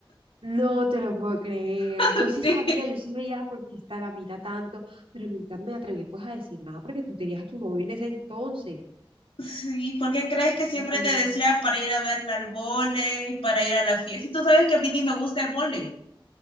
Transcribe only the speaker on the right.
No te lo puedo creer.
Yo sí
sabía, yo sí veía por qué esta la mira tanto, pero nunca me atreví pues a decir nada porque tú tenías a tu novio en ese entonces.
Ay,
amiga,